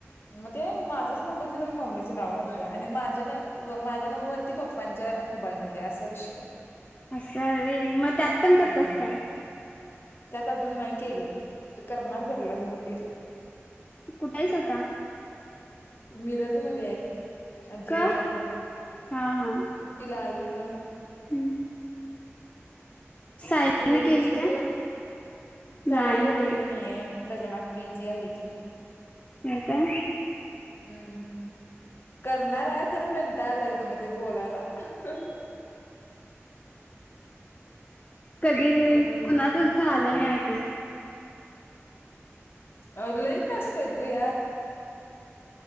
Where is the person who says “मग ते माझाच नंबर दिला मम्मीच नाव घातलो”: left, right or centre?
Left